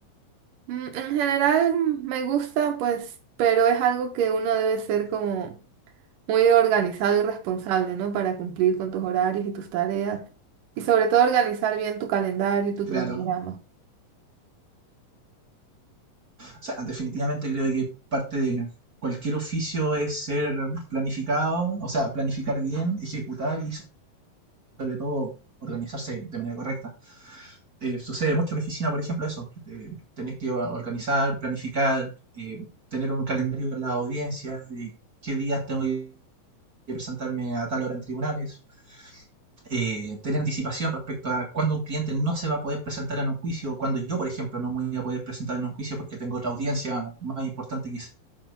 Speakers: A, on the right; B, on the right.
A: Mm, En general mm, me gusta, pues, pero es algo que uno debe ser como muy organizado y responsable, ¿no? Para cumplir con tus horarios y tus tareas y sobre todo organizar bien tu calendario y tu
B: Claro,
A: cronograma.
B: O sea, definitivamente creo que parte de cualquier oficio es ser planificado, o sea, planificar bien, ejecutar y sobre todo organizarse de manera correcta. Eh, sucede mucho en mi oficina, por ejemplo, eso, de tener que organizar, planificar, eh, tener un calendario con la audiencia, de qué días tengo que presentarme a tal hora en tribunales, eh, tener anticipación respecto a cuándo un cliente no se va a poder presentar en un juicio, o cuando yo, por ejemplo, no me voy a poder presentar en un juicio porque tengo otra audiencia más importante quizás